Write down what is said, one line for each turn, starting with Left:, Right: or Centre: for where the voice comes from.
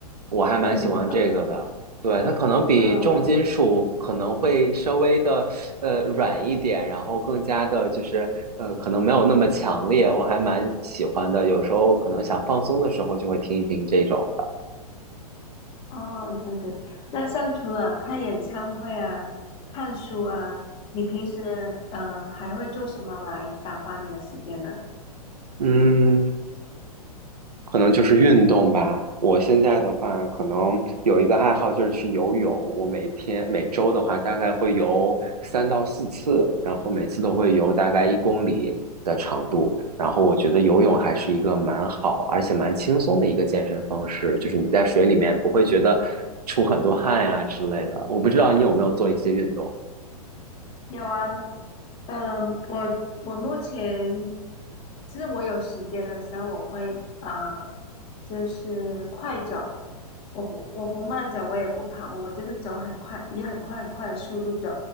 Right: 我还蛮喜欢这个的。
Left: 嗯，后
Right: 对，它可能比重金属可能会稍微的呃软一点，
Left: 呃。
Right: 然后更加的就是呃可能没有那么强烈，我还蛮喜欢的。有时候可能想放松的时候就会听一听这种的。
Left: 哦，对对，那像除了看演唱会啊、看书啊，你平时嗯还会做什么来打发你的时间呢？
Right: 嗯，可能就是运动吧。我现在的话，可能有一个爱好就是去游泳。我每天每周的话，大概会游三到四次，然后每次都会游大概一公里的长度。然后我觉得游泳还是一个蛮好，而且蛮轻松的一个健身方式，就是你在水里面不会觉得出很多汗呀、之类的。我不知道你有没有做一些运动？
Left: 有啊，嗯，我我目前就是我有时间的时候，我会啊，就是快走，我不我不慢走，我也不跑步，我就是走很快，以很快很快的速度走，